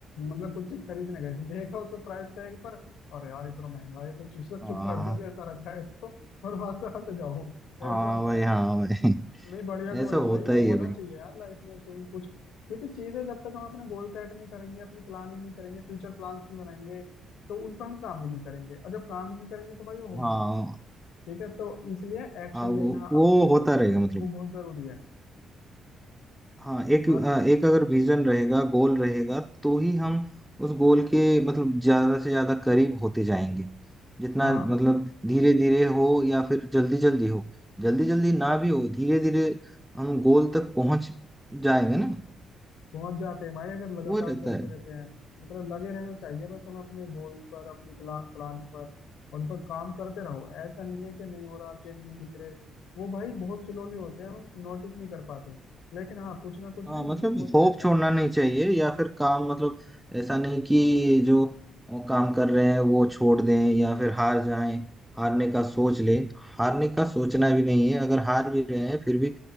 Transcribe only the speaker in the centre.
हाँ
हाँ
भाई
हाँ
भाई <laughs>
ऐसा होता
ही
है भाई
हाँ
हाँ, वो,
वो
होता रहेगा
मतलब
हाँ एक
अ, एक अगर विजन रहेगा गोल रहेगा तो ही हम उस गोल के मतलब ज्यादा से ज्यादा करीब होते जाएंगे जितना
मतलब धीरे धीरे हो या फिर जल्दी जल्दी हो जल्दी जल्दी ना भी हो धीरे धीरे हम गोल तक पहुंच जाएंगे ना
वो रहता
है
हाँ
मतलब
होप
छोड़ना
नहीं चाहिए या फिर काम मतलब ऐसा नहीं कि जो काम कर रहे हैं वो छोड़ दें या फिर हार जाएं हारने का सोच ले हारने का सोचना भी नहीं है अगर हार भी रहे हैं फिर भी